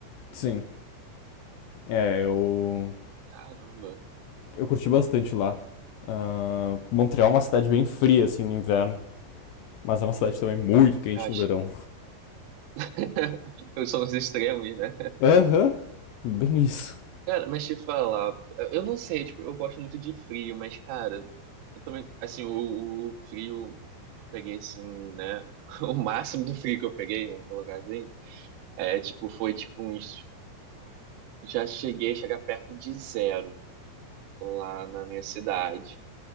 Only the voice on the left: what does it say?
sim. É, eu,
eu curti bastante lá. Ah, Montreal é uma cidade bem fria, assim, no inverno. Mas é uma cidade também muito quente
no verão.
Aham, uhum, bem isso.